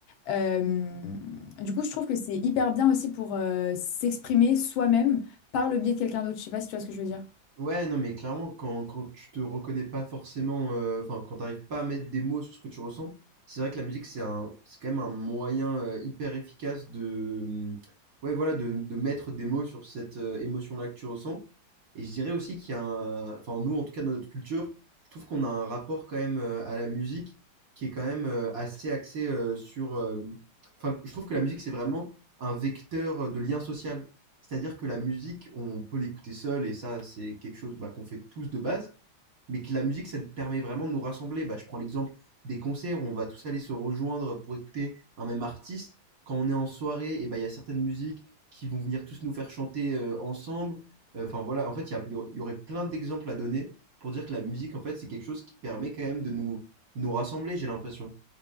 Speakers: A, on the left; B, on the right.
A: Euh, du coup, je trouve que c'est hyper bien aussi pour euh, s'exprimer soi-même par le biais de quelqu'un d'autre. Je sais pas si tu vois ce que je veux dire.
B: Ouais, non, mais clairement, quand, quand tu te reconnais pas forcément, euh, enfin, quand t'arrives pas à mettre des mots sur ce que tu ressens, c'est vrai que la musique, c'est un, c'est quand même un moyen euh, hyper efficace de, hum, ouais, voilà, de, de mettre des mots sur cette euh, émotion-là que tu ressens. Et je dirais aussi qu'il y a un, enfin, nous, en tout cas, dans notre culture, je trouve qu'on a un rapport quand même euh, à la musique qui est quand même euh, assez axé euh, sur, euh, enfin, je trouve que la musique, c'est vraiment un vecteur euh, de lien social. C'est-à-dire que la musique, on peut l'écouter seul, et ça, c'est quelque chose bah, qu'on fait tous de base, mais que la musique, ça permet vraiment de nous rassembler. Bah, je prends l'exemple des concerts où on va tous aller se rejoindre pour écouter un même artiste. Quand on est en soirée, et bah, il y a certaines musiques qui vont venir tous nous faire chanter euh, ensemble. Euh, Enfin voilà, en fait, il y, a- il y aurait il y aurait plein d'exemples à donner pour dire que la musique, en fait, c'est quelque chose qui permet quand même de nous, de nous rassembler, j'ai l'impression.